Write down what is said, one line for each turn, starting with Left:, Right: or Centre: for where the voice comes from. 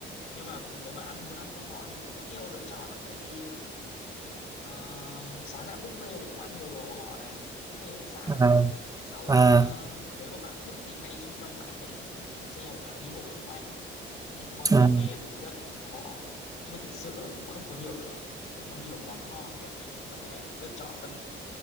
Left: nhưng mà nếu mà ăn muốn ăn của họ thì cũng có nhiều lựa chọn lắm tại vì ờ, sáng dạng buffet thì cũng ăn nhiều đồ của họ này buffet ở khách sạn
Right: À,
Left: sau
Right: à,
Left: ờ, nếu mà bạn thích thì ngay xung quanh bạn có thể book xe hoặc là đi bộ xung quanh ăn những cái món vỉa
Right: à.
Left: hè bình dân của họ nhưng mà thực sự là cũng không có nhiều lựa không có nhiều món ngon để mình có thể lựa chọn đâu